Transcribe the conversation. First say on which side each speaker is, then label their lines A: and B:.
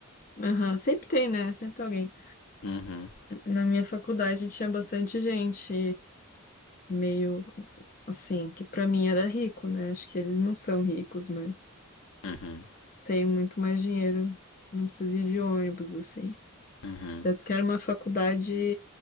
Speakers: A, on the left; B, on the left.
A: Uhum. Sempre tem, né? Sempre tem alguém.
B: Uhum,
A: Na minha faculdade tinha bastante gente meio assim, que pra mim era rico, né? Acho que eles não são ricos, mas
B: uhum,
A: tem muito mais dinheiro. Não precisa ir de ônibus, assim.
B: uhum.
A: Até porque era uma faculdade